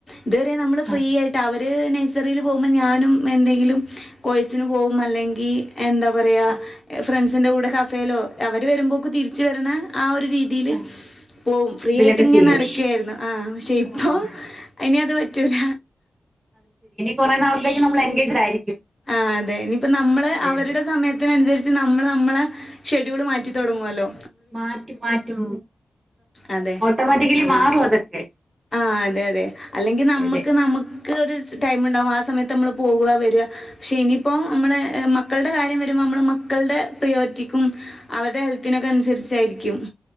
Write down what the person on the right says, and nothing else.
ആഹ്
ആഹ്
ആഹ്
ഇതിലൊക്കെ
ചെയ്യും
ആഹ്
കുറെ നാളത്തേക്ക് നമ്മൾ എൻഗേജ്ഡ് ആയിരി
അതെ
മാറ്റും മാറ്റും
ഓട്ടോമാറ്റിക്കലി മാറും അതൊക്കെ
അതെ
അതെ